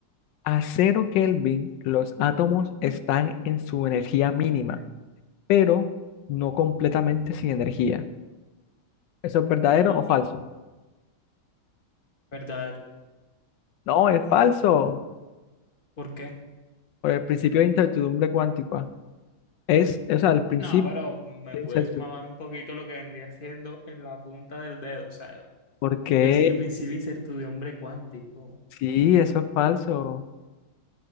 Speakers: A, on the left; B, on the left.
A: A cero Kelvin, los átomos están en su energía mínima, pero no completamente sin energía. ¿Eso es verdadero o falso?
B: Verdadero.
A: No, es falso.
B: ¿Por qué?
A: Por el principio de incertidumbre cuántica. Es, o sea, el principio
B: No, pero me
A: de
B: puedes
A: incertidumbre.
B: mamar un poquito lo que vendría haciendo en la punta del dedo, o sea,
A: ¿Por qué?
B: como que sigue principio de incertidumbre cuántico.
A: Sí, eso es falso.